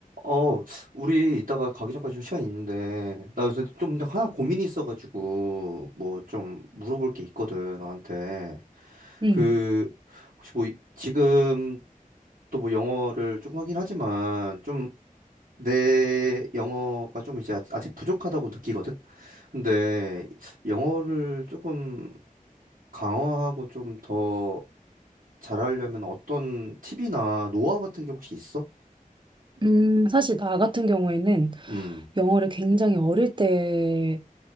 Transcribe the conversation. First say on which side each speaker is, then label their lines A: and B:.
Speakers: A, on the right; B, on the right.
A: 어, 우리 이따가 가기 전까지 좀 시간 있는데, 나 요새 좀 하나 고민이 있어가지고, 뭐 좀 물어볼 게 있거든, 너한테.
B: 음,
A: 그, 혹시 뭐, 이- 지금 또 뭐 영어를 조금 하긴 하지만, 좀 내 영어가 좀 이제 아- 아직 부족하다고 느끼거든? 근데 영어를 조금 강화하고 좀 더 잘하려면 어떤 팁이나 노하우 같은 게 혹시 있어?
B: 음, 사실 나 같은 경우에는
A: 음,
B: 영어를 굉장히 어릴 때